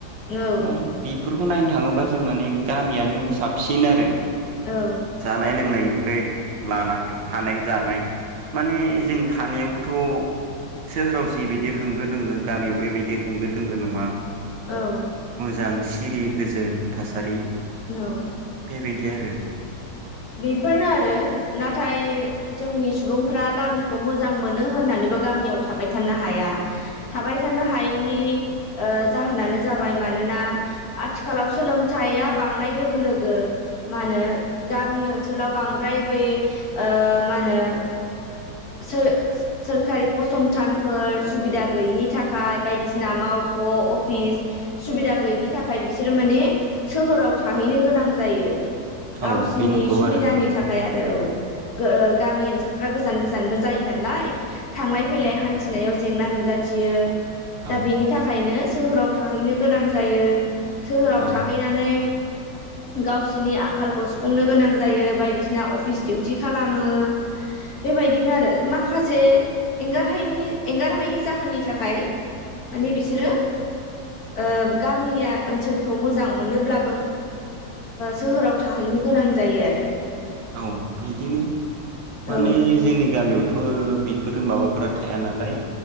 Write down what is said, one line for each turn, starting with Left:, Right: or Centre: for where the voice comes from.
Left: औ
Right: दा बिफोरखौ नाय थाङोबा जों माने गामियानो साबसिन आरो।
Left: औ
Right: जानाय लोंनाय निफ्राय लानानै थानाय जानाय माने जों थानायावबोथ' सोहोराव जिबायदि होंगो दोङो गामियाव बेबायदि होंगो दोंगो नङा।
Left: औ
Right: मोजां सिरि गोजोन थासारि।
Left: औ
Right: बेबायदि आरो
Left: बेफोरनो आरो नाथाय जोंनि सुबुंफ्रा गामिखौ मोजां मोनो होननानैबो गामियाव थाबाय थानो हाया थाबाय थानो हायैनि ओ जाहोनानो जाबाय मानोना आथिखालाव सोलोंथाइया बांनाय लोगो लोगो मा होनो गामि ओनसोलाव बांद्राय बेै ओ मा होनो सोर सोरखारि फसंथानफोर सुबिदा गैयिनि थाखाय बायदिसिना मावख' अफिस सुबिदा गैयिनि थाखाय बिसोरो माने सोहोराव थाहैनो गोनां जायो। गावसिनि
Right: औ बे नंगौ
Left: सुबिदानि
Right: आरो
Left: थाखाय आरो औ। गो गामि ओनसोलफ्रा गोजान गोजा गोजानबो जायो नालाय थांलाय फैलाय हान्थिनायाव जेंना नुजाथियो।
Right: औ
Left: दा बेनि थाखायनो सोहोराव थाहैनो गोनां जायो। सोहोराव
Right: औ
Left: थाहैनानै गावसिनि आंखालखौ सुफुंनो गोनां जायो बायदिसिना अफिस दिउटि खालामो बेबायदि बिदिनो आरो माखासे एंगारहायिनि एंगारहायै जाहोननि थाखाय माने बिसोरो ओ गामिया ओनसोलखौ मोजां मोनोब्लाबो सोहोराव थाहैनो गोनां जायो आरो।
Right: औ बिदिनो माने
Left: औ
Right: जोंनि गामियाव बो बेफोरो माबाफोरा थाया नालाय